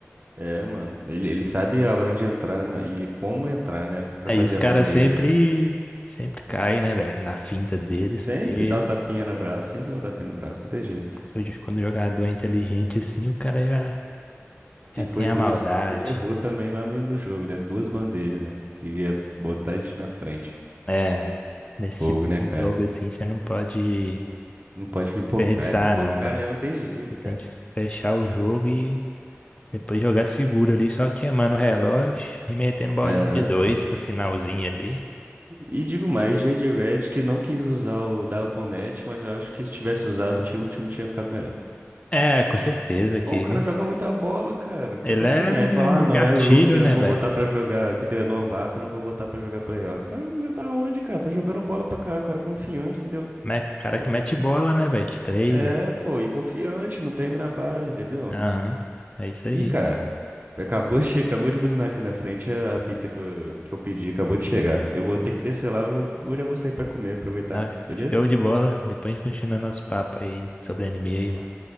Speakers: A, on the right; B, on the left.
A: É, mano. Ele, ele sabe a hora de entrar na- e como entrar, né? Pra
B: Aí
A: fazer
B: os caras
A: a bandeja.
B: sempre, sempre caem, né, velho? Na finta deles,
A: Sempre
B: porque
A: dá o tapinha no braço, sempre dá o tapinha no braço, não tem jeito.
B: hoje quando o jogador é inteligente assim, o cara já, já
A: E foi
B: tem a
A: duas
B: maldade.
A: coisas que ele errou também lá no, no jogo, né? Duas bandejas, né? Que ia botar a gente na frente.
B: É, nesse
A: Fogo,
B: tipo
A: né,
B: de
A: cara?
B: jogo assim, você não pode
A: Não pode pipocar,
B: desperdiçar,
A: é pipocar
B: não, velho.
A: mesmo, não tem jeito,
B: Você tem
A: cara.
B: que fechar o jogo e depois jogar seguro ali, só queimando o relógio e metendo bolinha
A: É,
B: de dois
A: pô.
B: no finalzinho ali.
A: E digo mais, J J Redick não quis usar o Dalton Neto, mas eu acho que se tivesse usado, tinha- o time tinha ficado melhor.
B: É, com certeza que.
A: Pô, o cara joga muita bola, cara. Tipo
B: Ele
A: assim,
B: é
A: aí fala, ah, não,
B: gatilho,
A: é rookie,
B: né,
A: não vou
B: velho?
A: botar pra jogar, entendeu? É novato, não vou botar pra jogar playoff. Ah, mas tá onde, cara? Tá jogando bola pra caralho, o cara é confiante, entendeu?
B: Me- Cara
A: Pô,
B: que mete bola, né, velho? De três.
A: é,
B: velho.
A: pô, e confiante, não treme na base, entendeu?
B: Aham. É isso aí.
A: Ih, cara, acabou, che- acabou de buzinar aqui na frente a a pizza que eu, que eu pedi, acabou de chegar. Eu vou ter que descer lá, eu vou- já vou sair pra comer, aproveitar,
B: Ah,
A: beleza?
B: Show de bola. Depois a gente continua nosso papo aí sobre NBA,
A: V-
B: mano.